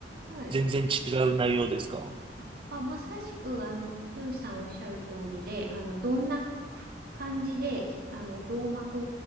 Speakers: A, on the right; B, on the right.
A: はい。
B: 全然違う内容ですか
A: あ、あまさしく、あの、ジュンさんおっしゃる通りで、あの、どんな感じで、きあの、ローマ法